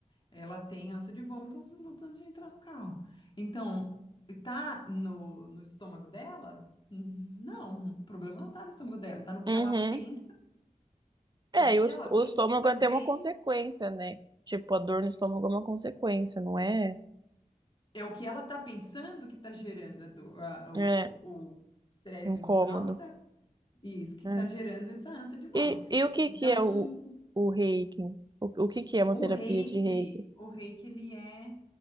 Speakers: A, on the left (about 35°); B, on the right (about 30°).
A: Ela tem ânsia de vômito uns minutos antes de entrar no carro. Então, tá no, no estômago dela? Não, o problema não tá no estômago dela, tá no que
B: uhum.
A: ela pensa.
B: É,
A: O que
B: e o, est-
A: ela pensa
B: o estômago
A: também
B: é até uma consequência, né? Tipo, a dor no estômago é uma consequência, não é?
A: é o que ela tá pensando que tá gerando a dor- a- o,
B: É,
A: o- o estresse
B: incômodo.
A: emocional que tá, isso, que
B: né?
A: tá gerando essa ânsia de vômito.
B: E, e o que
A: Então,
B: que é o, o reiki? O, o que que é uma
A: O
B: terapia
A: reiki,
B: de reiki?
A: o reiki, ele é,